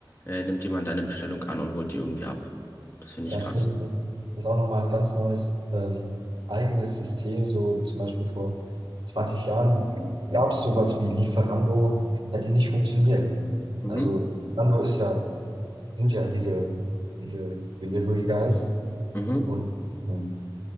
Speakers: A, on the left; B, on the right.
A: äh, nimmt jemand deine Bestellung an und holt die irgendwie ab. Das finde
B: Ja,
A: ich krass.
B: stimmt, das ist, ist auch nochmal ein ganz neues ähm, eigenes System. So zum Beispiel vor 20 Jahren gab es sowas wie Lieferando, hätte nicht funktioniert.
A: Mhm.
B: Also Lieferando ist ja, sind ja diese, diese Delivery Guys
A: Mhm.
B: und ähm,